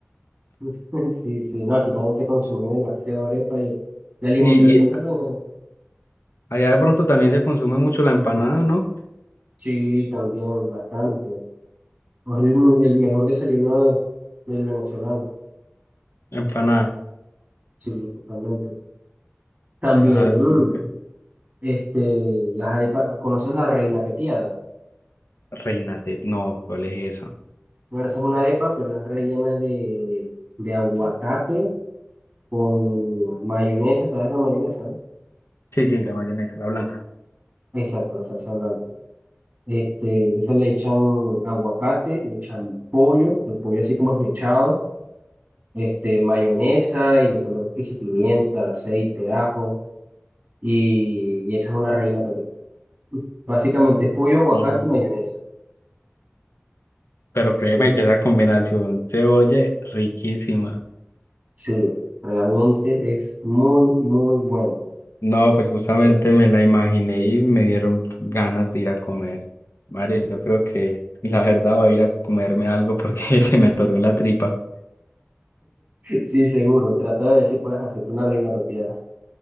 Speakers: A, on the right (about 30°); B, on the left (about 75°).
A: <laughs> sí, sí, no, aquí también se consume demasiado arepa y la alimentación
B: Y, y
A: del venezolano,
B: allá de pronto también se consume mucho la empanada, ¿no?
A: sí, también bastante. Es el, el mejor desayuno del venezolano,
B: Empanada.
A: sí, totalmente. También,
B: Ah, súper.
A: mm, este, las arepas, ¿conoces la reina pepiada?
B: Reina Tet. No, ¿cuál es eso?
A: Bueno, esa es una arepa, pero es rellena de, de aguacate con mayonesa, ¿sabes la mayonesa, no?
B: Sí, sí, la mayonesa, la blanca.
A: Exacto, la salsa blanca. Este, esa le echan aguacate, le echan pollo, el pollo así como esmechado, este, mayonesa y le colocan que si pimienta, aceite, ajo, y, y esa es una reina pepiada. Básicamente es pollo, aguacate
B: Mm,
A: y mayonesa,
B: Pero créeme
A: pero
B: que esa combinación se oye riquísima.
A: sí, realmente es muy, muy bueno.
B: No, pues justamente
A: <laughs>
B: me la imaginé y me dieron ganas de ir a comer. Mario, yo creo que la verdad voy a ir a comerme algo porque <laughs> se me atorió la tripa.
A: Sí, seguro. Trata de ver si puedes hacerte una reina pepiada.